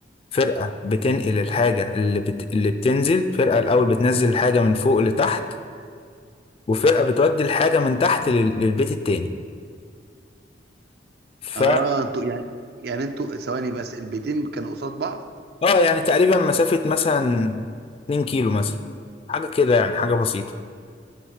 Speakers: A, on the left; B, on the right.
A: فرقة بتنقل الحاجة اللي, بت... اللي بتنزل فرقة الأول بتنزل الحاجة من فوق لتحت وفرقة بتودي الحاجة من تحت لل... للبيت التاني ف
B: اه انتوا يعني يعني انتوا ثواني بس البيتين كانوا قصاد بعض
A: اه يعني تقريبا مسافة مثلا 2 كيلو مثلا حاجة كده يعني حاجة بسيطة